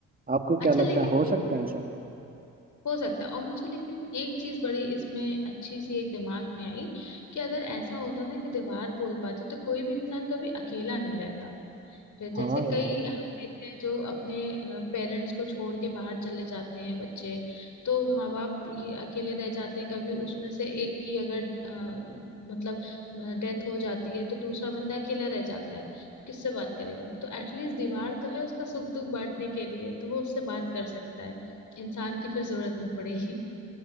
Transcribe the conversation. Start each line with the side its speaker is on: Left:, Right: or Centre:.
Right: आपको क्या
Left: अच्छा
Right: लगता
Left: लेकिन
Right: है हो सकता है ऐसा
Left: हो सकता है और मुझे लेकिन एक चीज बड़ी इसमें अच्छी सी एक दिमाग में आई कि अगर ऐसा होता ना कि दीवार बोल पाती तो कोई भी इंसान कभी अकेला नहीं रहता फिर जैसे
Right: हाँ यार
Left: कई हम देखते हैं जो अपने पेरेंट्स को छोड़ के बाहर चले जाते हैं बच्चे तो माँ बाप ये अकेले रह जाते हैं कभी उसमें से एक की अगर अ, मतलब डेथ हो जाती है तो दूसरा बंदा अकेला रह जाता है किससे बात करेगा तो एटलीस्ट दीवार तो है उसका सुख दुख बांटने के लिए तो वो उससे बात कर सकता है इंसान की फिर जरूरत नहीं पड़ेगी